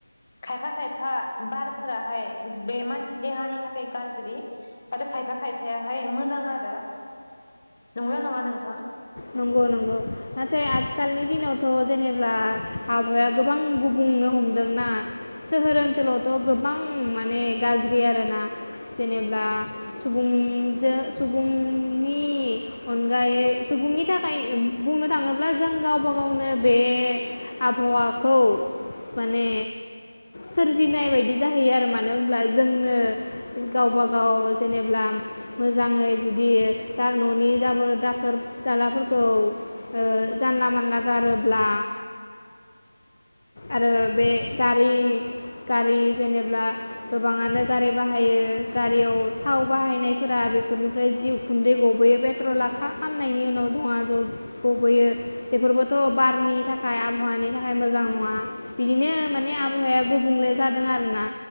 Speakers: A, on the left; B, on the left.
A: खायफा खायफा बारफोराहाय बे मानसि देहानि थाखाय गाज्रि आरो खायफा खायफायाहाय मोजां आरो। नंगौना नङा नोंथां
B: नंगौ नंगौ। नाथाय आथिखालनि दिनाव थ' जेनेब्ला आबहाया गोबां गुबुंनो हमदोंना सोहोर ओनसोलावथ' गोबां माने गाज्रि आरोना जेनेब्ला सुबुंजों सुबुंनि अनगायै सुबुंनि थाखाय बुंनो थाङोब्ला जों गावबा गावनो बे आबहावाखौ माने सोरजिनाय बायदि जाहैयो आरो मानो होनब्ला जोंनो गावबा गाव जेनेबा मोजाङै जुदि जा न'नि जाबो दाखोर दालाफोरखौ ओ जानला मानला गारोब्ला आरो बे गारि गारि जेनेब्ला गोबाङानो गारि बाहायो गारियाव थाव बाहायनायफोरा बेफोरनिफ्राय जि उखुन्दै गबोयो पेट्रलखा खामनायनि उनाव दङ ज' गबोयो बेफोरबोथ' बारनि थाखाय आबहावानि थाखाय मोजां नङ नङा बिदिनो माने आबहावाया गुबुंले जादों आरोना